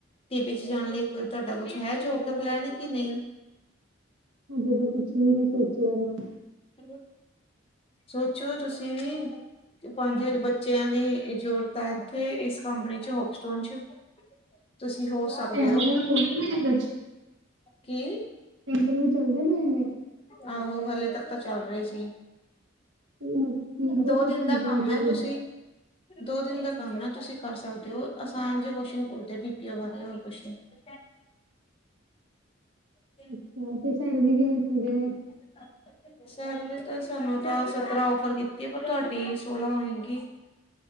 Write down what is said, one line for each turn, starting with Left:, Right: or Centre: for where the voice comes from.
Left: ਟੀ ਵੀ ਚ' ਜਾਣ ਲਈ ਕੋਈ ਤੁਹਾਡਾ ਕੁੱਛ ਹੈ ਜੋਬ ਦਾ ਪਲਾਨ ਹੈ ਕਿ ਨਹੀਂ।
Right: ਹਜੇ ਤਾਂ ਕੁੱਛ ਵੀ ਨੀ ਸੋਚਿਆ ਮੈਂ।
Left: ਹੈਲੋ, ਸੋਚੋ ਤੁਸੀਂ ਵੀ। ਪੰਜ ਬੱਚਿਆਂ ਦੀ ਜ਼ਰੂਰਤ ਹੈ ਇੱਥੇ ਇਸ ਕੰਪਨੀ ਚੱ ਹੋਪਸਟੋਨ ਚ'। ਤੁਸੀਂ ਹੋ ਸਕਦੇ
Right: ਇੰਟਰਵਿਊ
Left: ਹੋ।
Right: ਗਏ ਨੇ ਇਹਦੇ ਚ?
Left: ਕੀ।
Right: ਇੰਟਰਵਿਊ ਚੱਲਦੇ ਪਏ ਨੇ।
Left: ਆਹੋ ਹਲੇੇ ਤੱਕ ਤਾਂ ਚੱਲ ਰਹੇ ਸੀ
Right: ਮਤਲਬ ਕੀ ਪ੍ਰੋਸੈਸ
Left: ਦੋ ਦਿਨ
Right: ਹੁੰਦਾ
Left: ਦਾ ਕੰਮ
Right: ਇੰਟਰਵਿਊ
Left: ਐ ਤੁਸੀਂ
Right: ਦਾ
Left: ਦੋ ਦਿਨ ਦਾ ਕੰਮ ਐ ਤੁਸੀਂ ਕਰ ਸਕਦੇ ਔ ਆਸਾਨ ਜਿਹੇ ਕੁਸ਼ਚਨ ਪੁੱਛਦੇ ਬੀ ਪੀ ਓ ਬਾਰੇ ਹੋਰ ਕੁੱਛ ਨਹੀਂ <unintelligible>
Right: ਅੱਛਾ ਤੇ ਸੈਲਰੀ ਕਿੰਨੀ ਦਿੰਦੇ ਨੇ
Left: ੱ <unintelligible> ਸੈਲਰੀ ਤਾਂ ਸਾਨੂੰ ਤਾਂ ਸਤਰਾਂ ਓਫਰ ਕੀਤੀ ਪਰ ਤੁਹਾਡੀ ਸੋਲਾਂ ਹੋਏਗੀ